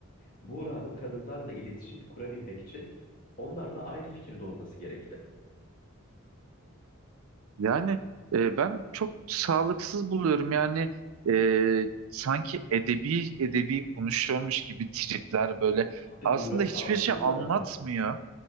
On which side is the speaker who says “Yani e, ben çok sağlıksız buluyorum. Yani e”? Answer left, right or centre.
Right